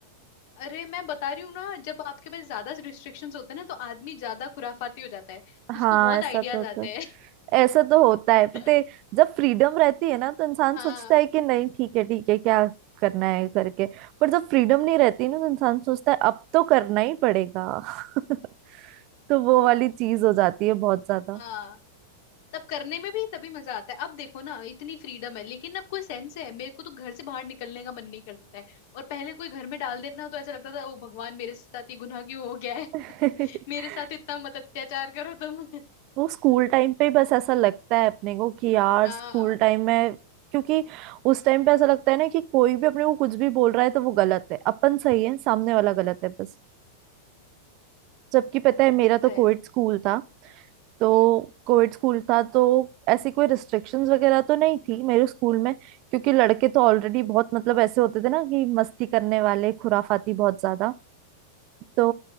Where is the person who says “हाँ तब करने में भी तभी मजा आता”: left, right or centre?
Left